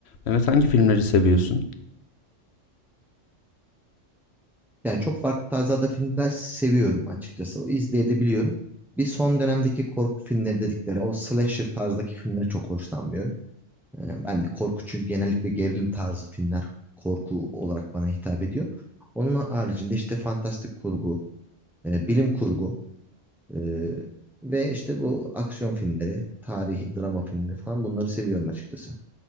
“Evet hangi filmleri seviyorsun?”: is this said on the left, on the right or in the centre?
Left